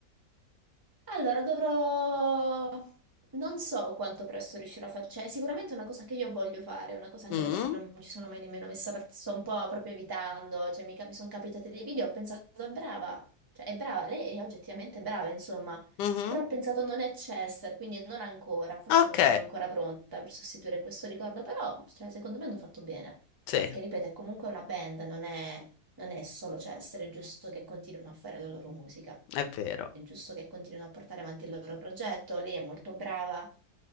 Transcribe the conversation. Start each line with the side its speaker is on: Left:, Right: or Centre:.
Right: Allora, dovrò... Non so quanto presto riuscirò a fare, cioè è sicuramente una cosa che io voglio fare, una cosa anche
Left: Mm,
Right: perché non ci sono mai nemmeno messa, perché sto un po' proprio evitando, cioè mi, cap- mi sono capitate dei video, ho pensato è brava, cioè è brava, lei è oggettivamente brava, insomma,
Left: mhm.
Right: però ho pensato non è Chester, quindi non ancora, forse
Left: Ok,
Right: non sono ancora pronta per sostituire questo ricordo, però cioè, secondo me hanno fatto bene.
Left: sì,
Right: Perché, ripeto, è comunque una band, non è, non è solo, cioè, essere giusto che continuino a fare la loro musica.
Left: è vero.
Right: È giusto che continuino a portare avanti il loro progetto. Lei è molto brava.